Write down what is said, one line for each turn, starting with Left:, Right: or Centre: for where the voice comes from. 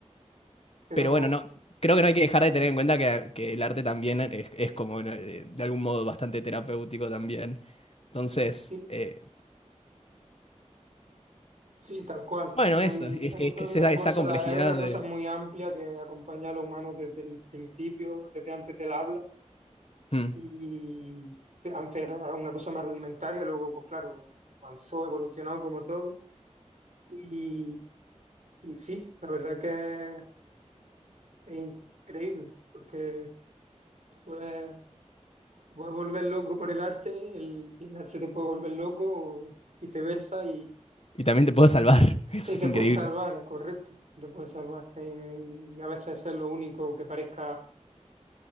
Right: pero
Left: Pero bueno, no, creo que no hay que dejar de tener en cuenta que, que el arte también es, es como ¿no? eh, de, algún modo bastante terapéutico también. Entonces,
Right: sí,
Left: eh,
Right: sí, tal cual.
Left: bueno,
Right: Es
Left: eso,
Right: un-
Left: es
Right: es
Left: que,
Right: un-
Left: es
Right: es
Left: que
Right: una
Left: es esa,
Right: cosa,
Left: esa complejidad
Right: es una
Left: de...
Right: cosa muy amplia que acompaña a los humanos desde el principio, desde antes del habla.
Left: Mm.
Right: Y antes era una cosa más rudimentaria, luego, pues claro, avanzó, evolucionó como todo. Y, y sí, la verdad que es, es increíble, porque te puedes, te puedes volver loco por el arte, el- y el arte te puede volver loco, o viceversa,
Left: Y también te puedo salvar, <laughs> eso
Right: Y
Left: es
Right: te
Left: increíble.
Right: puede salvar, es correcto, te puede salvar. Eh, y a veces es lo único que parezca